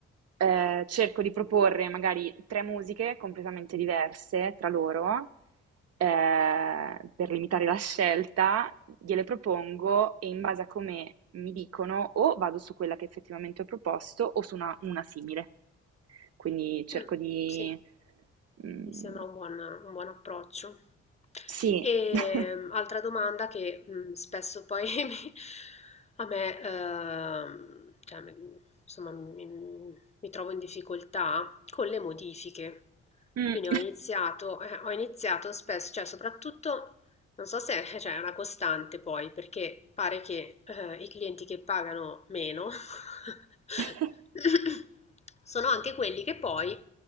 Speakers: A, on the right; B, on the left.
A: ehm, cerco di proporre magari 3 musiche completamente diverse tra loro, eh, per limitare la scelta, gliele propongo e in base a come mi dicono o vado su quella che effettivamente ho proposto o su una, una simile. Quindi cerco
B: Mm,
A: di...
B: sì.
A: mm,
B: Mi sembra un buon, un buon approccio.
A: sì.
B: E
A: <laughs>
B: mm, altra domanda che mm, spesso poi <laughs> mi- a me, ehm, cioè, mi- insomma, mi, mi trovo in difficoltà con le modifiche.
A: Mm.
B: Quindi ho iniziato, eh, ho iniziato spesso, cioè soprattutto non so se è, cioè, è una costante poi, perché pare che eh, i clienti che pagano meno <coughs>
A: <laughs>
B: <laughs> sono anche quelli che poi